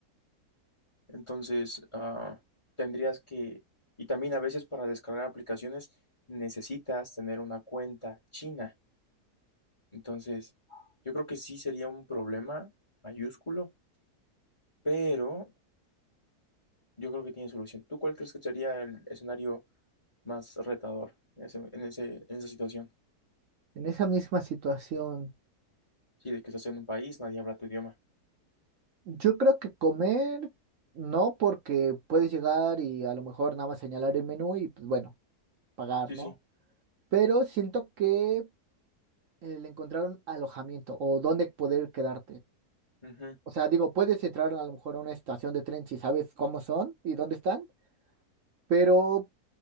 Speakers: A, on the left (about 20°); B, on the right (about 60°).
A: Entonces, ah, tendrías que, y también a veces para descargar aplicaciones necesitas tener una cuenta china. Entonces, yo creo que sí sería un problema mayúsculo, pero yo creo que tiene solución. ¿Tú cuál crees que sería el escenario más retador en ese- en ese- en esa situación?
B: En esa misma situación,
A: Sí, de que estás en un país, nadie habla tu idioma.
B: yo creo que comer no, porque puedes llegar y a lo mejor nada más señalar el menú y pues bueno, pagar,
A: Sí,
B: ¿no?
A: sí.
B: Pero siento que el encontrar un alojamiento o dónde poder quedarte.
A: Ujú.
B: O sea, digo, puedes entrar a lo mejor a una estación de tren si sabes cómo son y dónde están, pero